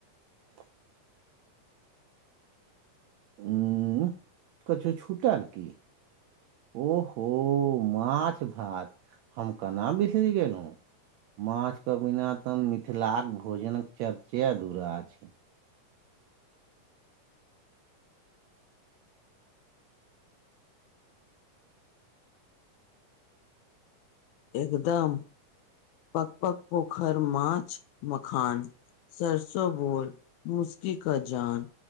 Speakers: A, on the right; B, on the left.
A: त। <unintelligible> ह कछो छुटल की। ओहो माछ भात हम केना बिसरि गेलहुँ। माछ के बिना ते मिथिलाक भोजनक चर्चे अधूरा अछि।
B: एकदम। पक पक पोखर माछ मखान। सरसो बोल मुसकी का जान।